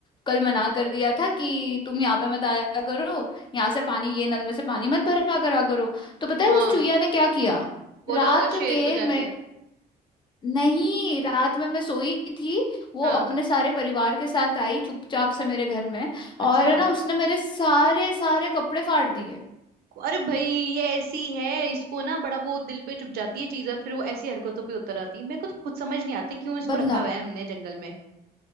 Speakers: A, on the left; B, on the right.
A: कल मना कर दिया था कि तुम यहाँ पे मत आया करो यहाँ से पानी ये नल में से पानी मत भरा करा करो तो पता है
B: हाँ
A: उस चुहिया ने क्या किया
B: बोला
A: रात
B: होगा शेर
A: के
B: को
A: मैं
B: जाके
A: नहीं रात में मैं सोई थी वो
B: हाँ
A: अपने सारे परिवार के साथ आई चुपचाप से मेरे घर में और
B: अच्छा
A: ना उसने मेरे सारे सारे कपड़े फाड़ दिए
B: अरे भाई ये ऐसी है इसको ना बड़ा वो दिल पे चुप जाती है चीज और फिर वो ऐसी हरकतों पे उतर आती है मेरे को तो खुद समझ नहीं आती क्यों इसको
A: बदला
B: रखा हुआ है हमने जंगल में